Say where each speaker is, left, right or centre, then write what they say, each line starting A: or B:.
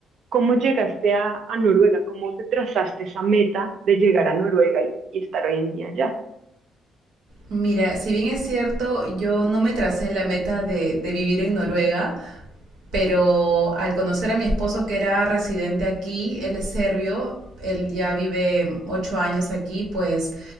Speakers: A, on the right; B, on the right.
A: ¿cómo llegaste a, a Noruega? ¿Cómo te trazaste esa meta de llegar a Noruega y, y estar hoy en día allá?
B: Mira, si bien es cierto, yo no me tracé la meta de, de vivir en Noruega, pero al conocer a mi esposo que era residente aquí, él es serbio, él ya vive ocho años aquí, pues